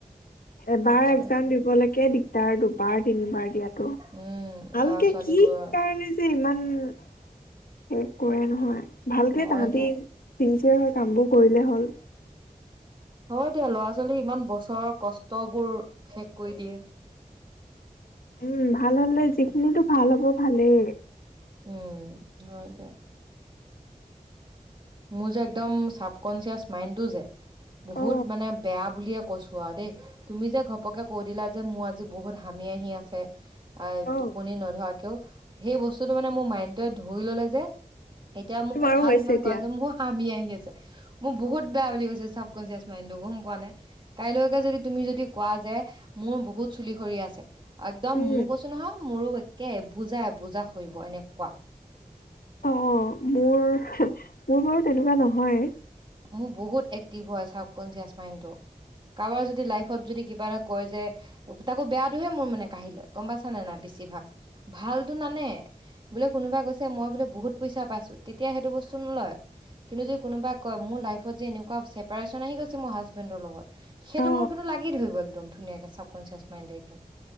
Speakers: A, on the left; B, on the right.
A: এবাৰ
B: হয়
A: একজাম
B: দিয়া,
A: দিবলৈকে দিক- তাৰ দুবাৰ, তিনিবাৰ- এতিয়টো,
B: উম,
A: ভালকে
B: ল'ৰা ছোৱালীবোৰৰ
A: কি কাৰণে, যে ইমান উম, কি কৰি হয়, ভালকে
B: হয়
A: তাহতি
B: দিয়া।
A: তি তে, হয়, কামবোৰ কৰিলেই হ'ল।
B: হয়, দিয়া লৰা, ছোৱালী ইমান বছৰৰ কষ্ট বোৰ, শেষ কৰি দিয়ে।
A: উম, ভাল, হলে যিখিনিতো ভাল হ'ব ভালেই।
B: উম, হয় দিয়। মোৰ, যে একদম চাবকনচিয়াচ মাইণ্ডটো যে, বহুত
A: অ
B: মানে, বেয়া বুলিয়ে কৈছো, আৰু দেই তুমি যে ঘপকে কে দিলা যে, মোৰ আজি বহুত হামি আহি আছে,
A: অ
B: টোপনি নধৰাকেও, সেই বস্তুটো মানে মোৰ মাইণ্ডটোৱে ধৰি ললে যে এতিয়া, মোৰ
A: তোমাৰো
B: কথা
A: হৈছে
B: যিমান।
A: এতিয়া
B: চোৱাচোন, মোৰ হামি আহি আছে, মোৰ বহুত বেয়া বুলি কৈছো চাব কঞ্চিয়াছ মাইণ্ডটো, গম পোৱা নে, কাইলৈকে, যদি তুমি যদি কোৱা যে, মোৰ বহুত চুলি সৰি আছে। একদম,
A: উম
B: মোৰ কৈছো নহয়, মোৰো বা একে, বুজাই, বুজা খৰিব এনেকুৱা।
A: অ, মোৰ, মোৰ বাৰু তেনেকুৱা নহয়।
B: মোৰ বহুত এক্টিভ হয় চাবকনচিয়াচ মাইডটো। কাৰোবাৰ যদি লাইফত, যদি কিবা এটা কয়, যে তাকো বেয়াটোহে, মোৰ মানে কাঢ়ি লয়। গম পাইছানে নাই বেছিভাগ, ভালতো নানে, বোলে কোনোবাই কৈছে মই বোলে, বহুত পইচা পাইছো, তেতিয়া সেইটো বস্তু নলয়। কিন্তু যদি কোনোবাই কৈ, মোৰ লাইফত যে এনেকুৱা ছেপাৰেচন আহি গৈছে, মোৰ হাজবেণ্ডৰ লগত সেইটো,
A: অ
B: মোৰ কিন্তু লাগি ধৰিব, এক একদম, ধুনীয়াকে চাবকনচিয়াছ মাইডে এটো, একদম